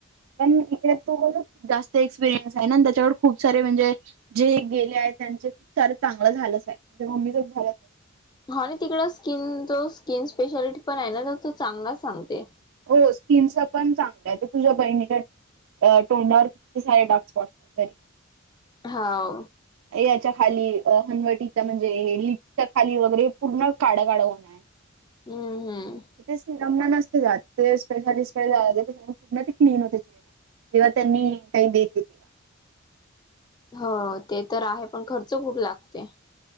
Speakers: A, on the right; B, on the left.
A: पण इ त जास्त एक्सपिरयन्स आहे ना त्याच्याकडे खूप सारे म्हणजे जे गेले आहे त्यांचे खूप सार चांगलं झालंच आहे म्हणे मम्मीचच झालं.
B: हा आणि तिकड स्किन जो स्किन स्पेशालिटी पण आहे ना तो चांगलाच सांगते.
A: हो स्किनस पण चांगलं आहे ते तुझ्या बहिणीच्या तोंडावर सारे डार्क स्पॉट्स आहेत तरी
B: होा
A: याच्या खाली हनवटीचा म्हणजे लिप्सच्या खाली वगैरे पूर्ण काडागड होणारय.
B: हम्म हम्म
A: तेरममा नसते जात. ते स्पेशालिस्कडे पूर्ण ते क्लीन होते चेहरा जेव्हा त्यांनी काही देत तेव
B: हो ते तर आहे पण खर्च खूप लागते.